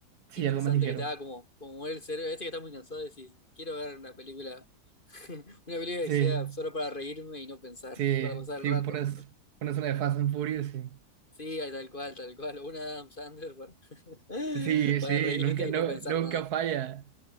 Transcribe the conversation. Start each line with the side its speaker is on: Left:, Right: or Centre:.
Right: sí,
Left: interesante
Right: algo más ligero.
Left: que te haga como, como mover el cerebro. A veces que estás muy cansado y decís, quiero ver una película, <laughs> una película
Right: Sí,
Left: que sea solo para reírme y no pensar,
Right: sí,
Left: <laughs> para pasar el
Right: sí,
Left: rato.
Right: pones, pones una de Fast and Furious, sí.
Left: Sí, tal cual, tal cual, una de Adam Sandler para, <laughs>
Right: Sí,
Left: para
Right: sí,
Left: reírte
Right: nunca,
Left: y
Right: no-
Left: no pensar
Right: nunca
Left: nada.
Right: falla.